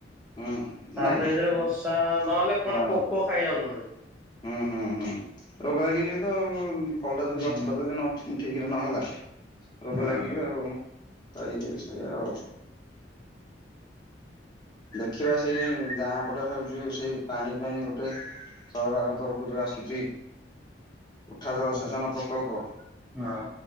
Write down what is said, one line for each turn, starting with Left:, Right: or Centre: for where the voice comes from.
Left: ହୁଁ
Centre: ତାପରେ
Left: ନାଇଁ
Centre: ଏଥିରେ
Left: ତୁ
Centre: ବର୍ଷା ନହେଲେ
Left: ହଁ
Centre: କଣ ପୋକ ଖାଇଯାଉଚନ୍ତି।
Left: ହୁଁ ହୁଁ ହୁଁ ରୋଗ ଲାଗିଯିବେ ତ ଆଉ ଫଳଟା ଯଦି
Centre: ହୁଁ
Left: ଗଛ ଟା ଯଦି ନ ଠି-ଠକ୍ ରେ ନହେଲା ରୋଗ
Centre: ହଁ
Left: ଲାଗିବେ ଆଉ ତା ଇଏ ସେୟା ଆଉ। ଦେଖିବା ସେଇ ଗାଁ ପଟେ ଭାବିଚୁ ସେଇ ପାଣି ପାଇଁ ଗୋଟେ ସରକାରଙ୍କ ତରଫରୁ ଯୋଉ ଆସୁଚି ଉଠା ଜଳସେଚନ
Centre: ହଁ
Left: ପ୍ରକଳ୍ପ।
Centre: ହଁ